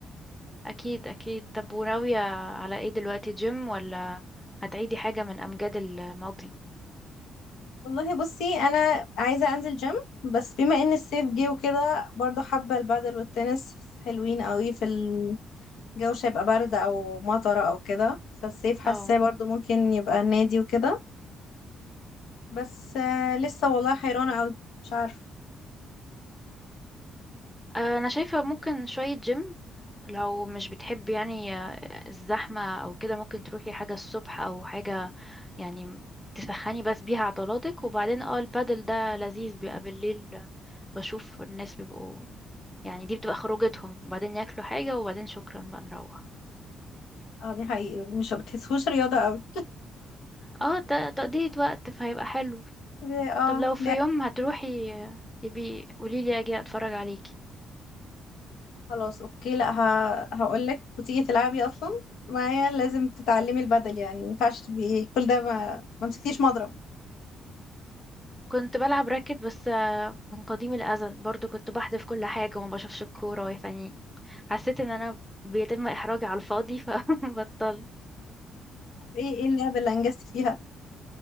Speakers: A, in the centre; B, on the left (about 85°).
A: اكيد اكيد طب وناوية على ايه دلوقتي جيم ولا هتعيدي حاجة من امجاد الماضي
B: والله بصي أنا عايزة أنزل جيم بس بما إن الصيف جه وكده برضه حابة البادل والتنس حلوين قوي في ال- الجو مش هيبقى برد أو مطرة أو كده فالصيف حاساه
A: اه
B: برضه ممكن يبقى نادي وكده بس آه، لسه والله حيرانة أوي مش عارفة
A: انا شايفة ممكن شوية جيم لو مش بتحبي يعني آه، الزحمة او كده ممكن تروحي حاجة الصبح او حاجة يعني تسخني بس بيها عضلاتك وبعدين اه البادل ده لذيذ بيبقى بالليل بشوف الناس بيبقوا يعني دي بتبقى خروجتهم وبعدين ياكلوا حاجة وبعدين شكرا بقى نروح
B: اه دي حقيقي مش بتحسوش رياضة أوي
A: اه ت- تقضية وقت فهيبقى حلو
B: لا
A: طب
B: اه
A: لو في
B: لا
A: يوم هتروحي آه، يبي قوليلي اجي اتفرج عليكي
B: خلاص اوكي لا ه... هقول لك وتيجي تلعبي اصلا معايا لازم تتعلمي البدل يعني ما ينفعش تبقي كل ده ما ما مسكتيش مضرب
A: كنت بلعب راكت بس آه، من قديم الأزل برضو كنت بحذف كل حاجة وما بشوفش الكورة يعني حسيت ان انا بيتم احراجي على الفاضي <laughs> فبطلت
B: طب ايه ايه اللعبه اللي انجزتي فيها